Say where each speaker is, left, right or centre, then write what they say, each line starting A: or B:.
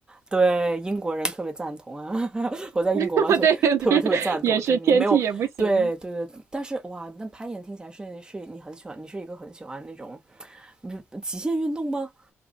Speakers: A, on the right (about 15°); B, on the right (about 70°).
A: 对，英国人特别赞同啊，<laughs> 我在英国嘛，
B: <laughs>
A: 所以特别特别赞同。
B: 对对，也是天气也不行。
A: 就你没有，对对对，但是哇，那攀岩听起来是是你很喜欢，你是一个很喜欢那种，嗯，极限运动吗？